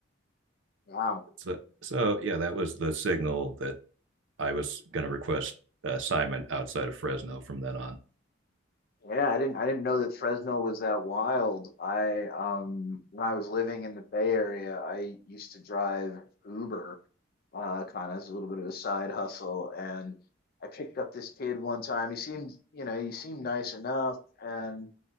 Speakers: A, on the left; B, on the right.
A: wow,
B: So, so yeah, that was the signal that I was going to request uh, assignment outside of Fresno from then on.
A: yeah, I didn't I didn't know that Fresno was that wild. I um when I was living in the Bay Area, I used to drive Uber, uh, kind of as a little bit of a side hustle, and I picked up this kid one time. He seemed, you know, he seemed nice enough, and